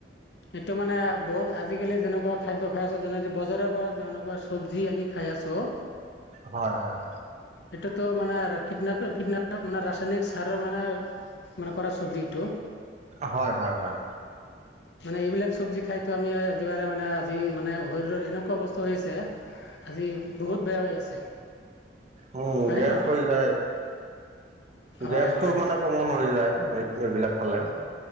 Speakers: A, on the left (about 70°); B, on the right (about 40°).
A: সেইটো মানে বহুত আজিকালি যেনেকুৱা খাদ্য খাই আছো যেনে বজাৰৰ পৰা যেনেকুৱা চব্জি আমি খাই আছোঁ।
B: হয় হয়।
A: এইটোতো মানে কীটনাশক কীটনাশক মানে ৰাসায়নিক সাৰৰ মানে মানে কৰা চব্জি এইটো
B: হয় হয় হয়।
A: মানে এইবিলাক চব্জি খাইতো আমি একেবাৰে মানে আজি মানে শৰীৰত এনেকুৱা অৱস্থা হৈ আছে আজি বহুত বেয়া হৈ আছে।
B: উম
A: হয়নে
B: গেছ
A: নহয়
B: হৈ যায়। গেছটো
A: হয় হয়
B: মানে কমন হৈ যায়। এই এইবিলাক খালে।